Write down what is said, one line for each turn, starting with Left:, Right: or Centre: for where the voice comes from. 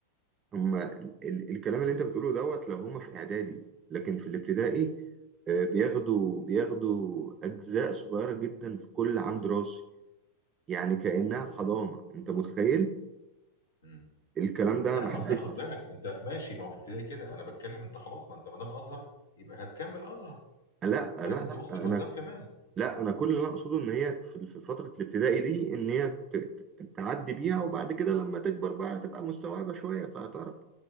Right: هما ال... ال- الكلام اللي انت بتقوله دوت لو هما في اعدادي لكن في الابتدائي آه، بياخدوا بياخدوا اجزاء صغيرة جدا في كل عام دراسي يعني كأنها
Left: مم.
Right: في حضانة انت متخيل
Left: مم.
Right: الكلام ده
Left: لا
Right: محدش
Left: ما انت خد بالك انت ماشي ما هو في ابتدائي كده انا بتكلم انت خلاص ما انت ما دام ازهر يبقى هتكمل ازهر
Right: لا
Left: فلازم
Right: لا لا
Left: تبص
Right: انا
Left: لقدام كمان
Right: لا انا كل اللي أنا اقصده ان هي في في فتره الابتدائي دي ان هي ت- ت- تعدي بيها وبعد كده لما تكبر بقى تبقى مستوعبه شويه فهتعرف